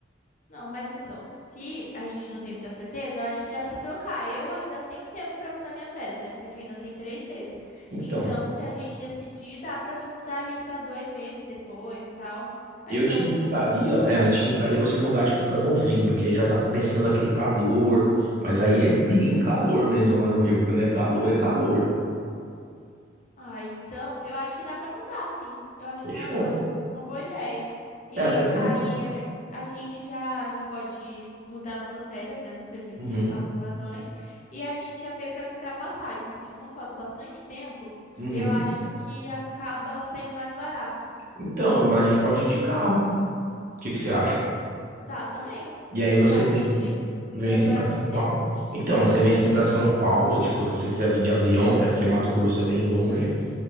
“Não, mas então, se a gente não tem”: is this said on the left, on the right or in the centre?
Left